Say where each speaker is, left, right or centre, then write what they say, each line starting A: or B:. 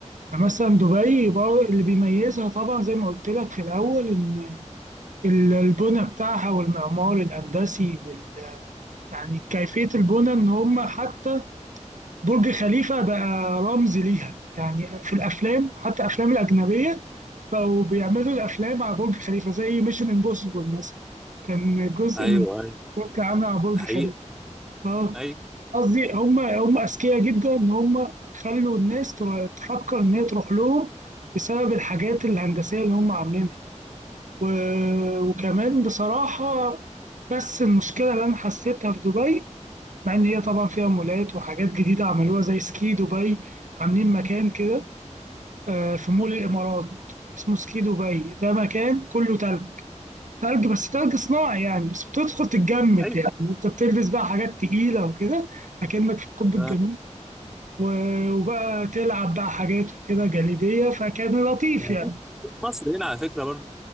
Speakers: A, on the right; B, in the centre.
A: فمثلا دبي برضه اللي بيميزها طبعا زي ما قلت لك في الاول ان ال- البنى بتاعها والمعمار الهندسي وال يعني كيفيه البنى ان هم حتى برج خليفة بقى رمز ليها يعني في الأفلام حتى أفلام الأجنبية بقوا بيعملوا الأفلام على برج خليفة زي ميشن امبوسيبل مثلا كان جزء
B: ايوه
A: من
B: ايوه
A: برج عامل على برج
B: ده حقيقه
A: خليفة اه
B: ايوه
A: قصدي هم هم أذكياء جدا إن هم خلوا الناس تر- تفكر إن هي تروح لهم بسبب الحاجات الهندسية اللي هم عاملينها و... وكمان بصراحة بس المشكلة اللي أنا حسيتها في دبي مع ان هي طبعا فيها مولات وحاجات جديده عملوها زي سكي دبي عاملين مكان كده آه، في مول الامارات اسمه سكي دبي ده مكان كله تلج تلج بس تلج صناعي يعني بس بتدخل تتجمد
B: ايوه
A: يعني انت بتلبس بقى حاجات تقيله وكده اكنك في القطب
B: آه.
A: الجنوبي و- وبقى تلعب بقى حاجات وكده جليديه فكان لطيف
B: ما
A: يعني
B: فيش- مصر هنا على فكره برضو